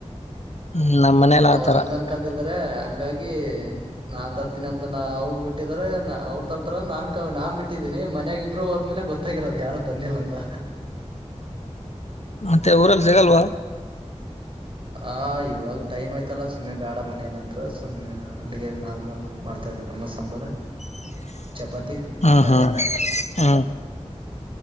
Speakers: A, on the left (about 70°); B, on the right (about 45°).
A: ಹ್ಮ್ ನಮ್ ಮನೇಲಿ
B: ಅವ್ರ
A: ಆತರ
B: ಹಂಗ ಅನ್ಕಂದಿದ್ದಾರೆ ಹಂಗಾಗಿ ನಾನ್ ತರ್ತೀನಿ ಅಂತ ಅವ್ರು ಬಿಟ್ಟಿದ ಅವ್ರು ತರ್ತಾರ ನಾನ್ ನಾನ್ ಬಿಟ್ಟಿದೀನಿ ಮನ್ಯಾಗ ಇಬ್ರು ಹೋದ್ಮೇಲೆ ಗೊತ್ತಾಗಿರೋದು ಯಾರು ತಂದಿಲ್ಲ ಅಂತ
A: ಮತ್ತೆ ಊರಲ್ಸಗಲ್ವಾ
B: ಆ ಇವಾಗ ಟೈಮ್ ಆಯ್ತಲ್ಲ ಸುಮ್ನೆ ಬೇಡ ಮನಲಿ ಅಂದ್ರೆ ಸುಮ್ನೆ ಅಡ್ಗೆ ನಾರ್ಮಲ್ ಮಾಡ್ತಾ ಇದ ಅನ್ನ ಸಾಂಬಾರ
A: ಹ
B: ಚಪಾತಿ
A: ಹಾ
B: ಪಲ್ಯ
A: ಹಾ ಹಾ